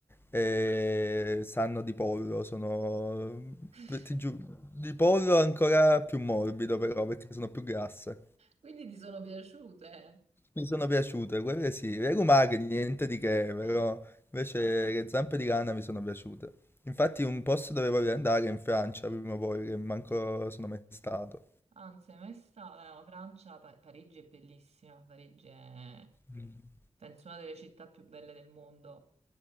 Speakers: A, on the left; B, on the right.
A: e sanno di pollo, sono,
B: <laughs>
A: ti giuro, di pollo ancora più morbido però, perché sono più grasse.
B: Quindi ti sono piaciute?
A: Mi sono piaciute, quelle sì, le lumache niente di che, però
B: Eh,
A: invece le zampe di rana mi sono piaciute. Infatti un posto dove voglio andare è in Francia prima o poi, che manco sono mai stato.
B: anzi, mai stata. No, Francia, Pa- Parigi è bellissima. Parigi è,
A: Mm.
B: penso, una delle città più belle del mondo.